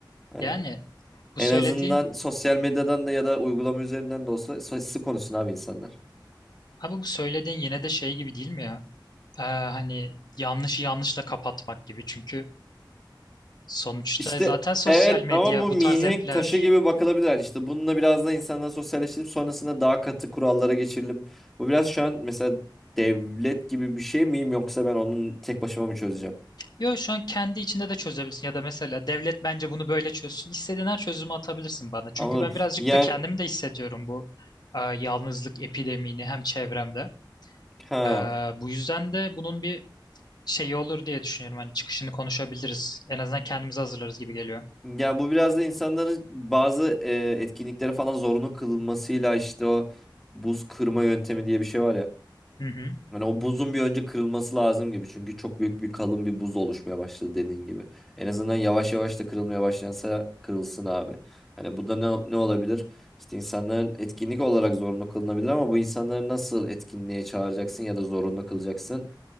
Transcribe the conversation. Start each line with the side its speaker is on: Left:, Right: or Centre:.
Centre: Hani
Left: Yani bu
Centre: en
Left: söylediğin
Centre: azından sosyal medyadan da ya da uygulama üzerinden de olsa sesli konuşsun abi insanlar.
Left: abi bu söylediğin yine de şey gibi değil mi ya? Ee, hani yanlışı yanlışla kapatmak gibi. Çünkü sonuçta
Centre: İşte
Left: zaten sosyal
Centre: evet
Left: medya
Centre: ama bu
Left: bu
Centre: mihenk
Left: tarz app'ler
Centre: taşı gibi bakılabilir. Yani işte bununla biraz da insandan sosyalleştirip sonrasında daha katı kurallara geçirilip bu biraz şu an mesela devlet gibi bir şey miyim yoksa ben onun tek başıma mı çözeceğim?
Left: Yo şu an kendi içinde de çözebilirsin ya da mesela devlet bence bunu böyle çözsün. İstediğin her çözümü atabilirsin bana. Çünkü
Centre: Anladım.
Left: ben birazcık
Centre: Yani
Left: da kendim de hissediyorum bu e, yalnızlık epidemini hem çevremde.
Centre: ha.
Left: E, bu yüzden de bunun bir şeyi olur diye düşünüyorum. Hani çıkışını konuşabiliriz. En azından kendimizi hazırlarız gibi geliyor.
Centre: Yani bu biraz da insanların bazı e, etkinlikleri falan zorunlu kılmasıyla işte o buz kırma yöntemi diye bir şey var ya.
Left: Hı hı.
Centre: Hani o buzun bir önce kırılması lazım gibi. Çünkü çok büyük bir kalın bir buz oluşmaya başladı dediğin gibi. En azından yavaş yavaş da kırılmaya başlansa kırılsın abi. Hani bu da ne, ne olabilir? İşte insanların etkinlik olarak zorunlu kılınabilir ama bu insanları nasıl etkinliğe çağıracaksın ya da zorunlu kılacaksın